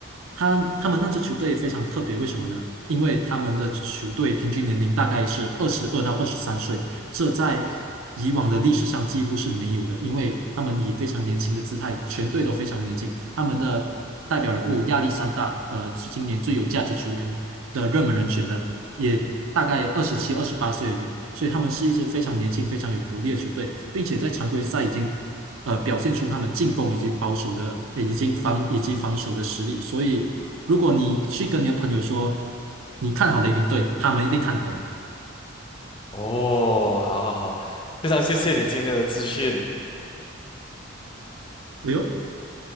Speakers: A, on the right; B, on the left.
A: 他他们那支球队非常特别，
B: 哦，
A: 为什么呢？因为他们的球队平均年龄大概是二十二到二十三岁。这在以往的历史上几乎是没有的，因为他们以非常年轻的姿态，全队都非常年轻，他们的代表人物亚历山大，呃，是今年最有价值球员的热门人选的，也大概二十七、二十八岁而已，所以他们是一支非常年轻、非常有活力的球队，并且在常规赛已经。呃，表现出他们进攻以及保守的，呃已经防以及防守的实力。所以，如果你去跟你的朋友说你看好雷霆队，他们一定看好你。
B: 哦好好好，非常谢谢你今天的资讯。
A: 哎呦，